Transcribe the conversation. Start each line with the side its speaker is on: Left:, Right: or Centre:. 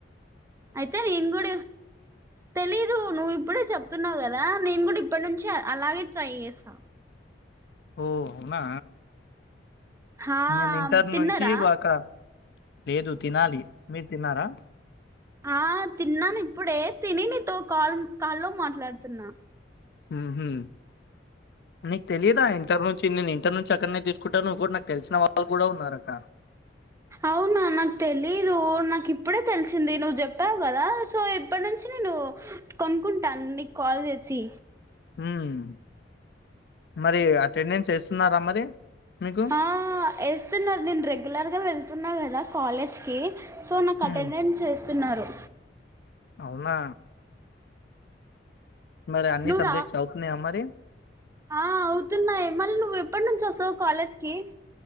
Right: అయితే నేను కూడా తెలీదు నువ్వు ఇప్పుడే చెప్ప చెపుతున్నావు కదా నేను కూడా ఇప్పటి నుంచి అలాగే ట్రై చేస్తా
Left: ఓ అవునా
Right: హా
Left: నేను ఇంటర్
Right: తిన్నారా
Left: నుంచి ఒక లేదు తినాలి మీరు తిన్నారా.
Right: ఆ తిన్నాను ఇప్పుడే తిని నీతో కాల్ కాల్లో మాట్లాడుతున్నా.
Left: మ్మ్ హ్మ్ నీకు తెలియదా ఇంటర్ నుంచి నేను ఇంటర్ నుంచి ఎక్కడ్నే తీసుకుంటా నువ్వు కూడా నక్ తెలిసిన వాళ్ళు కూడా ఉన్నారు అక్క
Right: అవునా నాకు తెలీదు నాకు ఇప్పుడే తెలిసింది నువ్వు చెప్పావు కదా సో ఇప్పటి నుంచి నేను కొనుకుంటాను నీ కాల్ రేసి
Left: హ్మ్మ్ మరి అటెండెన్స్ ఎస్తున్నారా మరి మీకు?
Right: ఆ ఏస్తున్నారు నేను రెగ్యులర్గా వెళ్తున్నా గదా కాలేజ్ కి సో నాకు
Left: హ్మ్.
Right: అటెండెన్స్ ఏస్తున్నారు
Left: అవునా మరి అన్ని
Right: నువ్వు
Left: సబ్జెక్ట్స్
Right: రా
Left: అవుతున్నాయా మరి
Right: ఆ అవుతున్నాయి మళ్ళా నువ్వు ఎప్పటి నుంచి వస్తావు కాలేజ్ కి